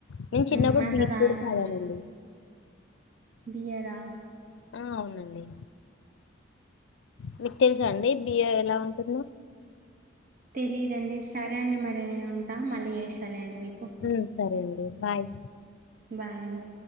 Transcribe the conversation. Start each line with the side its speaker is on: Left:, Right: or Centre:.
Left: నేను చిన్నప్పుడు
Right: ఉమ్ మజా
Left: బీట్
Right: తాగరా
Left: కూడా తాగానండి
Right: అండి బియరా
Left: ఆ అవునండి మీకు తెలుసా అండి బియ్య ఎలా ఉంటుందో
Right: తెలీదండి సరే అండి మరి నేను ఉంటా మళ్ళీ చేస్తాల అండి మీకు
Left: ఉ సరే అండి బాయ్
Right: బాయండి